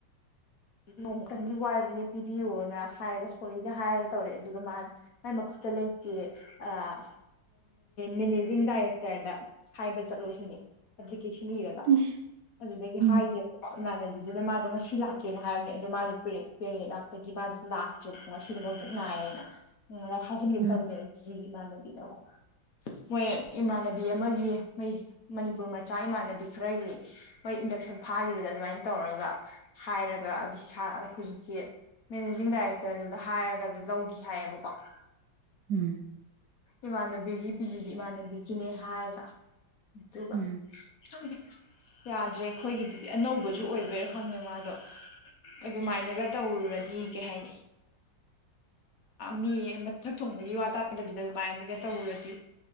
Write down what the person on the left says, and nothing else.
ꯅꯣꯡꯃꯇꯪꯒꯤ ꯋꯥꯏꯕꯅꯦ ꯄꯤꯕꯤꯌꯣꯅ ꯍꯥꯏꯔꯒ ꯁꯣꯔꯤꯒ ꯍꯥꯏꯔꯒ ꯇꯧꯔꯛꯑꯦ ꯑꯗꯨꯒ ꯃꯥ ꯃꯥꯏ ꯃꯥꯈꯨꯠꯇ ꯂꯩꯇꯦ ꯑꯥ ꯃꯦꯅꯦꯖꯤꯡ ꯗꯥꯏꯔꯦꯛꯇꯔꯗ ꯍꯥꯏꯕ ꯆꯠꯂꯨꯁꯤꯅꯦ ꯑꯦꯄꯂꯤꯀꯦꯁꯟ ꯏꯔꯒ
ꯑꯗꯨꯗꯒꯤ
ꯍꯥꯏꯖꯦꯕꯀꯣ ꯏꯃꯥꯟꯅꯕꯤꯗꯨꯅ ꯃꯥꯗꯣ ꯉꯁꯤ ꯂꯥꯛ ꯀꯩꯅ ꯍꯥꯏꯕꯅꯤ ꯑꯗꯨ ꯃꯥꯗꯨ ꯄꯦ ꯄꯦꯔꯦꯠ ꯂꯥꯛꯄꯒꯤ ꯃꯥꯗꯤ ꯂꯥꯛꯇ꯭ꯔꯦꯕꯀꯣ ꯉꯁꯤꯗꯨ ꯃꯕꯨꯛ ꯅꯥꯏꯔꯦꯅ ꯎꯝ ꯍꯥꯏꯍꯟꯒ
ꯇꯧꯕꯅꯦ ꯄꯨꯖꯤꯒꯤ ꯏꯃꯥꯟꯅꯕꯤꯗꫭ ꯃꯣꯏ ꯏꯃꯥꯟꯅꯕꯤ ꯑꯃꯒꯤ ꯃꯣꯏ ꯃꯅꯤꯄꯨꯔ ꯃꯆꯥ ꯏꯃꯥꯟꯅꯕꯤ ꯈꯔꯒꯤ ꯃꯣꯏ ꯏꯟꯗꯛꯁꯟ ꯐꯥꯈꯤꯕꯗ ꯑꯗꯨꯃꯥꯏꯅ ꯇꯧꯔꯒ ꯍꯥꯏꯔꯒ <unintelligible> ꯍꯧꯖꯤꯛꯀꯤ ꯃꯦꯅꯦꯖꯤꯡ ꯗꯥꯏꯔꯦꯛꯇꯔꯗꯨꯗ ꯍꯥꯏꯔꯒ ꯑꯗꯨ ꯂꯧꯈꯤ ꯍꯥꯏꯌꯦꯕꯀꯣ
ꯏꯃꯥꯟꯅꯕꯤꯒꯤ ꯄꯤꯖꯤꯒꯤ ꯏꯃꯥꯟꯅꯕꯤꯒꯤꯅꯦ ꯍꯥꯏꯔꯒ ꯑꯗꯨꯒ
ꯈꯪꯗꯦ ꯌꯥꯗ꯭ꯔꯦ ꯑꯩꯈꯣꯏꯒꯤꯗꯤ ꯑꯅꯧꯕꯁꯨ ꯑꯣꯏꯕꯩꯔ ꯈꯪꯗꯦ ꯃꯥ ꯑꯗꯣ ꯑꯗꯨꯃꯥꯏꯅꯒ ꯇꯧꯔꯨꯔꯗꯤ ꯀꯩ ꯍꯥꯏꯅꯤ ꯃꯤ ꯃꯊꯛ ꯊꯣꯡꯕꯒꯤ ꯋꯥ ꯇꯥꯗꯕꯤꯗ ꯑꯗꯨꯃꯥꯏꯅꯒ ꯇꯧꯔꯨꯔꯗꯤ